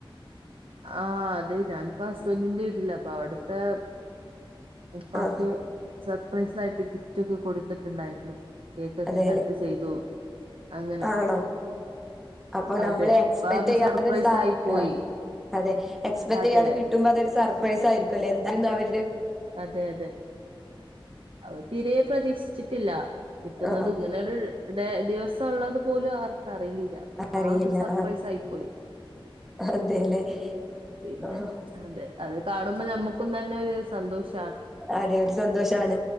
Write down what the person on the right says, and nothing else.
ആഹ് അതെ ഞാാനിപ്പ ഹസ്ബന്റിന്റെ വീട്ടില അപ്പൊ അവിടത്തെ ഉപ്പാക്ക്
സർപ്രൈസ് ആയിട്ട് ഗിഫ്റ്റ് ഒക്കെ കൊടുത്തിട്ടുണ്ടായിരുന്നു കേക്കൊക്കെ
കട്ട് ചെയ്തു അങ്ങനെ
അതെ
ആകെ
സർപ്രൈസ്
ആയി പോയി
അതെ
അതെ അതെ അവര് തീരെ പ്രതീക്ഷിച്ചിട്ടില്ല കിട്ടുന്നുന്നത്
ഇങ്ങനെരു ദിവസം ഉള്ളത് പോലും അവർക്ക് അറിയില്ല
ആകെ സർപ്രൈസ്
ആയി പോയി
ആ പിന്നെ
അതെ അത് കാണുമ്പോ നമ്മുക്കും തന്നെ ഒരു സന്തോഷ